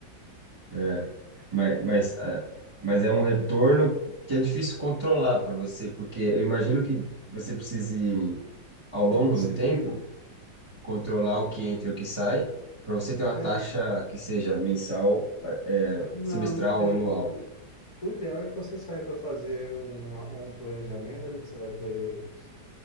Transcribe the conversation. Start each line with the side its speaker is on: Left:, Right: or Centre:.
Right: É, mas, mas, ah, mas é um retorno que é difícil controlar para você, porque eu imagino que você precise, ao longo
Left: É uma disciplina.
Right: do tempo, controlar o que entra e o que sai, para você ter uma
Left: É,
Right: taxa que seja mensal, eh,
Left: não,
Right: semestral
Left: não tem,
Right: ou anual.
Left: gente. O ideal é que você saiba fazer um, um planejamento onde você vai ter